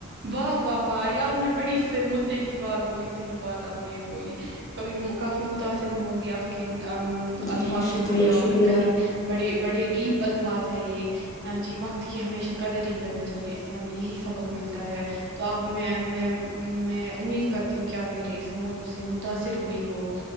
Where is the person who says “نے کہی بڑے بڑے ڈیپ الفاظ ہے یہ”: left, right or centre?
Right